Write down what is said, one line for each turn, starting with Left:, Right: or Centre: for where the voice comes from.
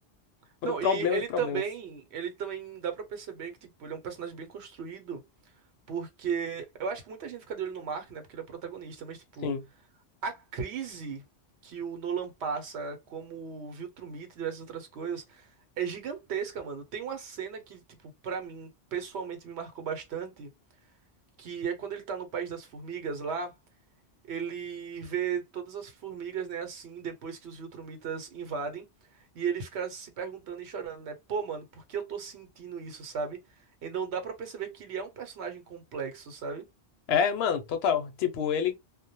Left: Foram
Right: Não,
Left: problemas
Right: e ele
Left: e problemas.
Right: também, ele também dá pra perceber que tipo, ele é um personagem bem construído, porque eu acho que muita gente fica de olho no Mark, né, porque ele é o protagonista, mas tipo,
Left: Sim.
Right: a crise que o Nolan passa como viu Viltrumite e diversas outras coisas é gigantesca, mano. Tem uma cena que tipo, pra mim, pessoalmente me marcou bastante, que é quando ele tá no País das Formigas lá, ele vê todas as formigas, né, assim, depois que os Viltrumitas invadem, e ele fica se perguntando e chorando, né? Pô, mano, por que eu tô sentindo isso, sabe? Então dá pra perceber que ele é um personagem complexo, sabe?
Left: É, mano, total. Tipo, ele.